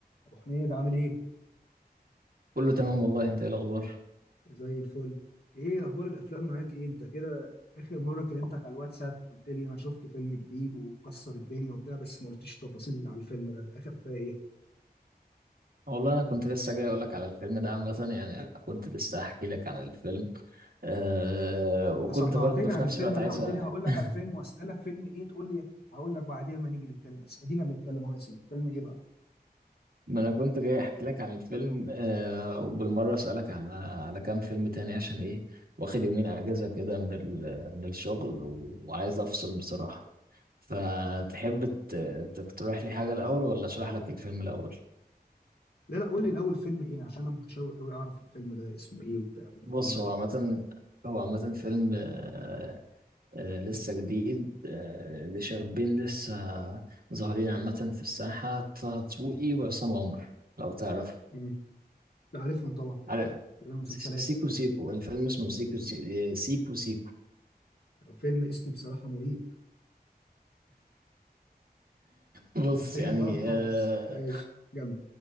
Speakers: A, on the left; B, on the right.
A: ابو حميد عامل ايه
B: كله تمام والله انت ايه الاخبار
A: زي الفل ايه اخبار الافلام معاك ايه انت كده اخر مره كلمتك على الواتساب قلت لي انا شفت فيلم جديد وكسر الدنيا وبتاع بس ما قلتيش تفاصيل على الفيلم ده اخر فيها ايه
B: والله انا كنت لسه جاي اقول لك على الفيلم ده عامه يعني انا كنت لسه احكي لك عن الفيلم أه وكنت
A: انت صدعتني
B: برضه في
A: عن
B: نفس
A: الفيلم
B: الوقت عايز
A: ده قلت
B: أ-
A: لي هقول
B: <laughs>
A: لك على الفيلم واسالك فيلم ايه تقول لي هقول لك بعدين ما نيجي نتكلم بس ادينا بنتكلم اهو يا سيدي فيلم ايه بقى
B: ما انا كنت جاي احكي لك عن الفيلم أه وبالمره اسالك على على كام فيلم تاني عشان ايه واخد يومين اجازه كده من ال... من الشغل و... وعايز افصل بصراحه فتحب ت... تقترح لي حاجه الاول ولا اشرح لك الفيلم الاول
A: لا لا قول لي الاول فيلم ايه عشان انا متشوق قوي اعرف الفيلم ده اسمه ايه وبتاع وبيتكلم
B: بص
A: عن
B: هو
A: ايه
B: عامة هو عامة فيلم آه، آه، لسه جديد آه، لشابين لسه ظاهرين عامة في الساحة طه دسوقي وعصام عمر لو تعرفوا
A: امم لا عارفهم طبعا
B: عارف
A: يبقى المسلسلات
B: سيكو سيكو الفيلم اسمه سيكو سي- آه، سيكو سيكو
A: او فيلم اسمه بصراحه مريب
B: بص
A: بيتفهم
B: يعني
A: غلط
B: آه،
A: خالص ماشي جنب